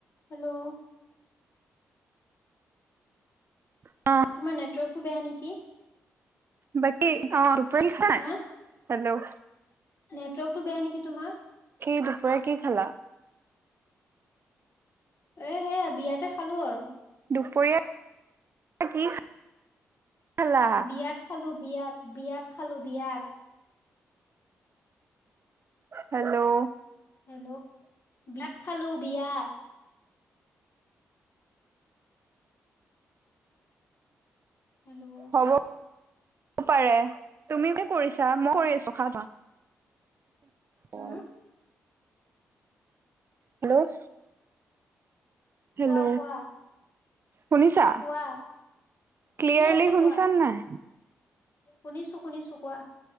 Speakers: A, on the left; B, on the right.
A: হেল্ল'
B: অ
A: তোমাৰ নেটৱৰ্কটো বেয়া নেকি
B: বাকি <unintelligible>
A: হা
B: হেল্ল'
A: নেটৱৰ্কটো বেয়ানেকি তোমাৰ
B: কি দুপৰীয়া কি খালা
A: এ সেয়া বিয়াতে খালো আৰু
B: দুপৰীয়া <unintelligible> কি খালা
A: বিয়াত খালো বিয়াত বিয়াত খালো বিয়াত
B: হেল্ল'
A: হেল্ল' বিয়াত খালো বিয়া হেল্ল'
B: হ'ব পাৰে তুমি কি কৰিছা <unintelligible> ৰখা অ
A: উম
B: হেল্ল' হেল্ল'
A: কোৱা কোৱা
B: শুনিছা
A: কোৱা
B: ক্লিয়াৰলি
A: শুনি আছো
B: শুনিছানে
A: কোৱা
B: নাই
A: শুনিছো শুনিছো কোৱা